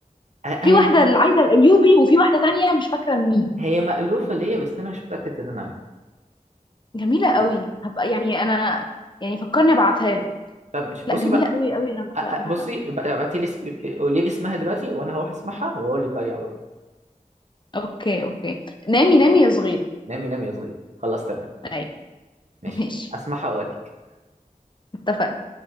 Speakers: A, on the right; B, on the left.
A: هي
B: في
A: هي
B: واحدة العايدة الأيوبي وفي واحدة تانية مش فاكرة مين
A: هي مألوفة ليا بس أنا مش متأكد إن أنا عارف
B: جميلة قوي
A: يعني
B: هبقى يعني أنا يعني فكرني أبعتها لك
A: فمش
B: لا
A: بصي
B: جميلة
A: بقى
B: قوي قوي أنا
A: أ- أ-
B: بحبها
A: بصي
B: بحبها.
A: بقى، ابعتي لي اس- قولي لي اسمها دلوقتي وانا هروح اسمعها واقول لك اي على طول
B: أوكي أوكي نامي نامي يا صغيرة
A: نامي نامي يا صغير خلاص تمام
B: أي
A: ماشي
B: <laughs> ماشي
A: اسمعها واقول لك.
B: اتفقنا